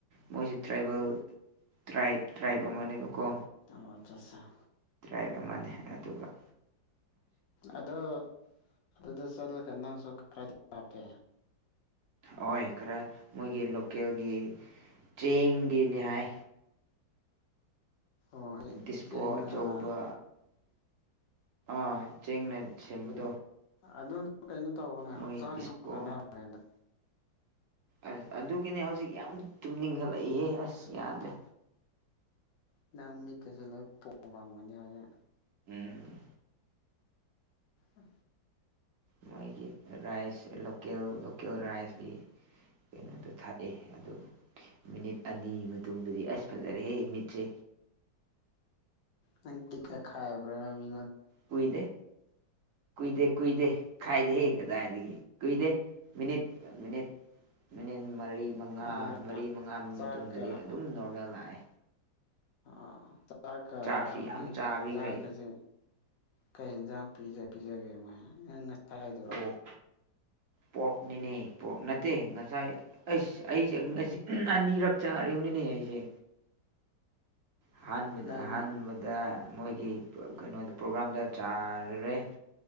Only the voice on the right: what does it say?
ꯃꯣꯏꯁꯦ ꯇ꯭ꯔꯥꯏꯕꯦꯜ ꯇ꯭ꯔ ꯇ꯭ꯔꯥꯏꯕ ꯑꯃꯅꯦꯕꯀꯣ
ꯇ꯭ꯔꯥꯏꯕ ꯑꯃꯅꯤ ꯑꯗꯨꯒꯣꯏ
ꯑꯣꯏ ꯈꯔ ꯃꯣꯏꯒꯤ ꯂꯣꯀꯦꯜꯒꯤ ꯆꯦꯡꯒꯤꯅꯤ ꯍꯥꯏ
ꯗꯤꯁꯄꯣ
ꯑꯆꯧꯕ ꯑꯥ ꯆꯦꯡꯅ ꯁꯦꯝꯕꯗꯣ
ꯃꯣꯏ
ꯗꯤꯁꯄꯣ
ꯑꯁ ꯑꯗꯨꯒꯤꯅꯦ ꯍꯧꯖꯤꯛ ꯌꯥꯝ ꯇꯨꯝꯅꯤꯡꯈꯠꯂꯛꯏꯍꯦ ꯑꯁ ꯌꯥꯗ꯭ꯔꯦ
ꯎꯝ
ꯃꯣꯏꯒꯤ ꯔꯥꯏꯁ ꯂꯣꯦꯜ ꯂꯣꯀꯦꯜ ꯔꯥꯏꯁꯀꯤ ꯀꯩꯅꯣꯗꯣ ꯊꯥꯛꯑꯦ ꯑꯗꯨꯕꯨ ꯃꯤꯅꯤꯠ ꯑꯅꯤ ꯃꯇꯨꯡꯗꯗꯤ ꯑꯁ ꯐꯖꯔꯦꯍꯦ ꯃꯤꯠꯁꯦ
ꯀꯨꯏꯗꯦ ꯀꯨꯏꯗꯦ ꯀꯨꯏꯗꯦ ꯈꯥꯏꯗꯦ ꯍꯦꯛ ꯀꯗꯥꯏꯗꯒꯤ ꯀꯨꯏꯗꯦ ꯃꯤꯅꯤꯠ ꯃꯤꯅꯤꯠ ꯃꯤꯅꯤꯠ ꯃꯔꯤ ꯃꯉꯥ
ꯃꯔꯤ ꯃꯉꯥ
ꯃꯇꯨꯡꯗꯗꯤ ꯑꯗꯨꯝ ꯅꯣꯔꯃꯦꯜ ꯂꯥꯛꯑꯦ
ꯆꯥꯛꯁꯤ ꯌꯥꯝ
ꯆꯥꯕꯤꯈ꯭ꯔꯦ
ꯑꯩ
ꯑꯣꯛ ꯄꯣꯛꯅꯤꯅꯦ ꯄꯣꯛ ꯅ ꯠꯇꯦ ꯉꯁꯥꯏ ꯑꯁ ꯑꯩꯁꯦ ꯉꯁꯤ ꯑꯅꯤꯔꯛ ꯆꯥꯔꯤꯕꯅꯤꯅꯦ ꯑꯩꯁꯦ ꯑꯍꯥꯟꯕꯗ
ꯑꯍꯥꯟꯕꯗ ꯃꯣꯏꯒꯤ ꯀꯩꯅꯣꯗ ꯄ꯭ꯔꯣꯒ꯭ꯔꯥꯝꯗ ꯆꯥꯔꯔꯦ